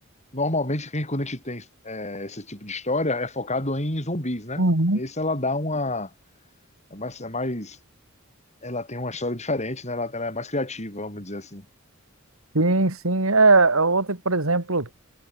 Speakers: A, on the left; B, on the right.
A: normalmente quem, quando a gente tem é, esse tipo de história é focado em zumbis, né?
B: uhum.
A: Esse ela dá uma, é mais, é mais ela tem uma história diferente, né? Ela, ela é mais criativa, vamos dizer assim.
B: Sim, sim. É, ontem, por exemplo.